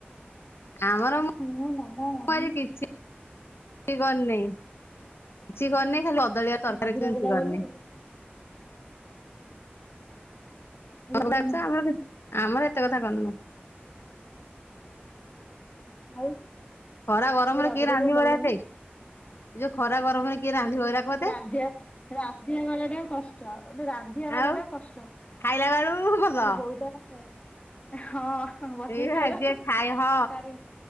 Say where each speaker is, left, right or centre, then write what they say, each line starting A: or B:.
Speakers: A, on the left; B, on the left.
A: ଆମର ମୁ
B: ମୁଁ ମାମା ମାମି
A: ଆଜି କିଛି କରନେଇ କିଛି କରିନି ଆଦାଳିଆ ତରକାରୀ
B: ମଝିରଜ
A: କେମିତି
B: ଟା
A: କରିନି
B: ବୋଲି
A: <unintelligible>
B: କିଛି
A: ଆମର
B: କାମ।
A: ଆମର ଏତେ କଥା କରନୁ।
B: ଆଉ
A: ଖରା ଗରମରେ
B: ଏଇ ରଜରେ
A: କିଏ ରାନ୍ଧିବ
B: ଟିକେ କଲନି
A: ଏରା ଏତେ? ଏ ଯୋଉ ଖରା ଗରମରେ କିଏ ରାନ୍ଧିବରା କହତେ
B: ରାନ୍ଧିବା ରାନ୍ଧିବା ବାଲା ଟା କଷ୍ଟ ରାନ୍ଧିବା ବାଲା
A: ଆଉ
B: ଟା କଷ୍ଟ
A: ଖାଇଲା ବେଳୁ ଭଲ
B: ମୋ ବୋଉ ତାର ହଁ ବସିକି
A: ଏଇ
B: ଖାଇବ
A: ଯେ ଖାଇ ହ
B: ତାର ହଁ